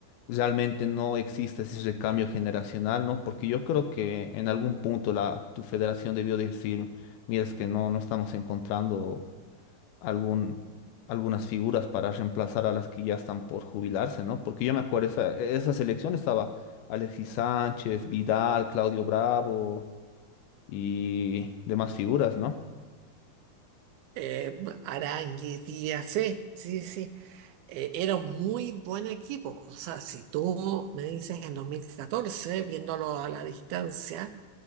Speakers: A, on the left; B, on the right.
A: realmente no exista ese recambio generacional, ¿no? Porque yo creo que en algún punto la, tu federación debió decir, mira, es que no, no estamos encontrando algún, algunas figuras para reemplazar a las que ya están por jubilarse, ¿no? Porque yo me acuerdo, esa, esa selección estaba Alexis Sánchez, Vidal, Claudio Bravo y demás figuras, ¿no?
B: Eh, Aránguiz, Díaz, sí, sí, sí. Eh, era un muy buen equipo. O sea, si tú me dices en 2014 viéndolo a la distancia,